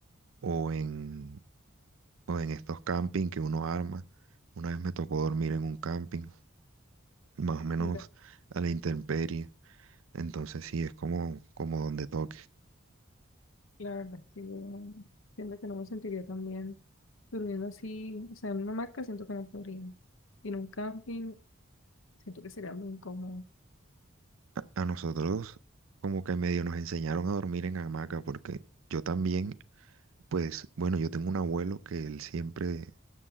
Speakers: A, on the right; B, on the left.
A: o en, o en estos camping que uno arma. Una vez me tocó dormir en un camping, más o menos
B: Mira,
A: a la intemperie, entonces sí, es como, como donde toque.
B: la verdad es que yo siento que no me sentiría tan bien durmiendo así, o sea, en una hamaca siento que no podría. Y en un camping siento que sería muy incómodo.
A: A, a nosotros como que medio nos enseñaron a dormir en hamaca porque yo también... Pues bueno, yo tengo un abuelo que él siempre